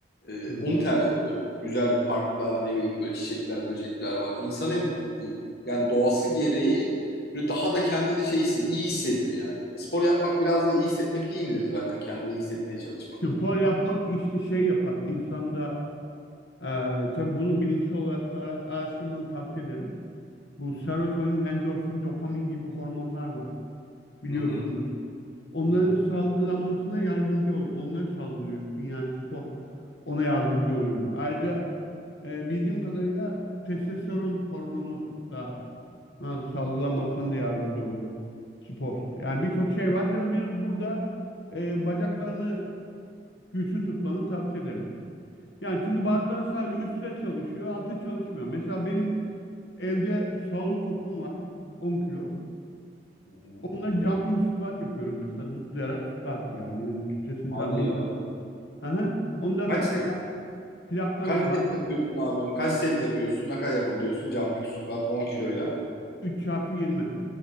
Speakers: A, on the left; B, on the left.
A: e,
B: Hı hı.
A: onu tercih ediyorum. Güzel bir parkta ne bileyim böyle çiçekler, böcekler var. İnsan hem e, yani doğası gereği böyle daha da kendini şey hisset, iyi hissediyor yani. E, Spor yapmak biraz da iyi hissetmek değil midir zaten? Kendini iyi hissetmeye çalışmak.
B: Spor yapmak işte şey yapar insanda eee tabii bunu bilimsel olarak da ara- araştırmanı tavsiye ederim. Bu serotonin, endorfin, dopamin gibi hormonlar var biliyorsunuz.
A: Hı hı,
B: Onların
A: hı hı,
B: salgılanmasına yardımcı ol. Onları salgılıyorsun yani spor ona yardımcı oluyor. Ayrıca e, bildiğim kadarıyla testosteron hormonu da ha, salgılanmasına da yardımcı oluyor spor. Yani birçok şey var. Tabii biz burada e, bacaklarını güçlü tutmanı tavsiye ederim. Yani çünkü bazıları sadece üstte çalışıyor, altta çalışmıyor. Mesela benim Evde sağlık topum var 10 kilo.
A: hı hı.
B: Onunla jumping squat yapıyorum mesela zıplayarak squat yani. Yani Türkçesini
A: Hadi
B: tam bilmiyorum.
A: ya.
B: Aha. Onda
A: Kaç
B: su
A: set,
B: plak, plaklarım
A: kaç
B: var.
A: set yapıyorsun abi onu? Kaç set yapıyorsun? Ne kadar yapabiliyorsun? Jumping squat 10 kiloyla.
B: 3 çarpı 20